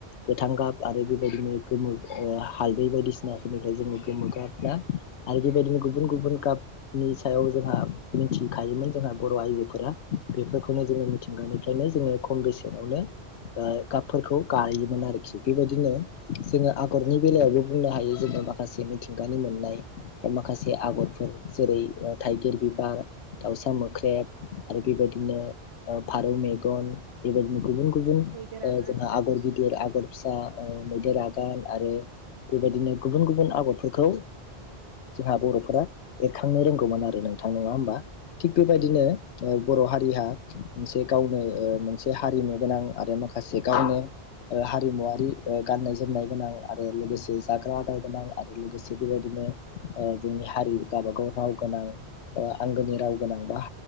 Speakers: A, on the left; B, on the right.
A: गोथां गाब आरो बेबायदिनो गोमो ओ हालदै बायदिसिनाफोरनिफ्राय जोङो गोमोगाब। ना? आरो बेबायदिनो गुबुन गुबुन गाब नि सायाव जोंहा मिनथिखायोमोन जोंहा बर' आइजोफोरा बेफोरखौनो जोंङो मिथिंगानिफ्राय नो जोंङो खम बेसेनावनो ओ गाबफोरखौ गायोमोन आरोखि बेबायदिनो जोङो आगरनि बेलायावबो बुंनो हायो जोङो माखासे मिथिंगानि मो ननाय माखासे आगरफोर जेरै ओ थाइगिर बिबार दाउसा मोख्रेब आरो बेबायदिनो ओ फारौ मेगन बेबायदिनो गुबुन गुबुन
B: मैदेर
A: ओ
B: आगान
A: जोंहा आगर गिदिर आगर फिसा औ मैदेर आगान आरो बेबायदिनो गुबुन गुबुन आगरफोरखौ जोंहा बर'फोरा एरखांनो रोंगौमोन आरो नोंथां नङा होमबा? थिग बेबायदिनो
B: औ
A: ओ बर' हारिहा मोनसे गावनो ओ मोनसे हारिमु गोनां आरो माखासे गावनो ओ हारिमुवारि ओ गाननाय जोमनाय गोनां आरो लोगोसे जाग्रा आदार गोनां आरो लोगोसे बेबायदिनो ओ जोंनि हारि गावबागाव राव गोनां आंगोनि राव गोनां बा